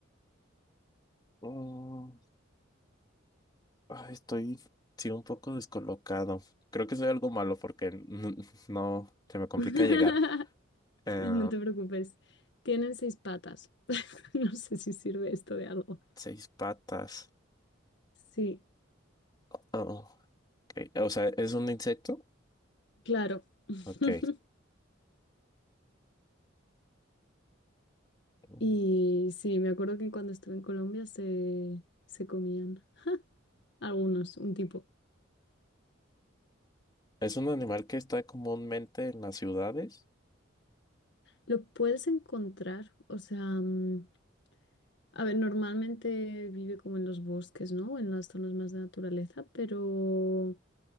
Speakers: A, on the left; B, on the left.
A: Mm, ay, estoy, sí, un poco descolocado. Creo que soy algo malo porque n- <laughs> no, se me complica
B: <laughs>
A: llegar. Eh,
B: No te preocupes. Tienen seis patas. <laughs> No sé si sirve esto de algo.
A: seis patas.
B: Sí,
A: Oh, ok. O sea, ¿es un insecto?
B: claro. <laughs>
A: Ok. Mm,
B: Y sí, me acuerdo que cuando estuve en Colombia se, se comían algunos, un tipo.
A: ¿Es un animal que está comúnmente en las ciudades?
B: Lo puedes encontrar, o sea, mm, a ver, normalmente vive como en los bosques, ¿no? En las zonas más de naturaleza, pero